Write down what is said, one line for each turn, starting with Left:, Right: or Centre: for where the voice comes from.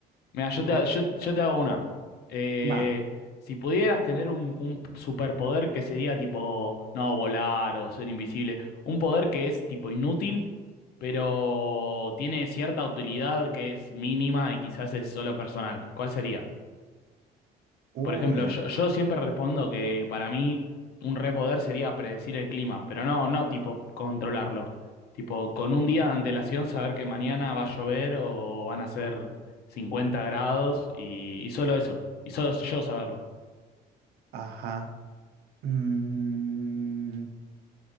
Left: Mira, yo te,
Right: Ok,
Left: yo, yo te hago una. Eh,
Right: va.
Left: si pudieras tener un, un superpoder que sería tipo, no, volar o ser invisible, un poder que es tipo inútil, pero tiene cierta utilidad que es mínima y quizás es solo personal, ¿cuál sería?
Right: Uy,
Left: Por ejemplo, yo, yo siempre respondo que para mí un repoder sería predecir el clima, pero no, no tipo controlarlo. Tipo, con un día de antelación saber que mañana va a llover o van a ser 50 grados y, y solo eso, y solo yo saberlo.
Right: ajá. Mm,